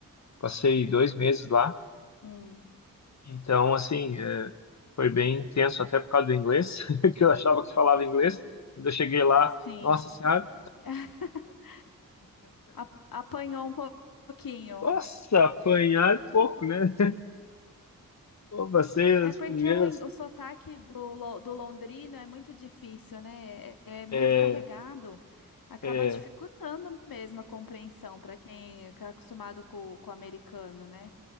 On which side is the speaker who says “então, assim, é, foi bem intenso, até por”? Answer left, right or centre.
Left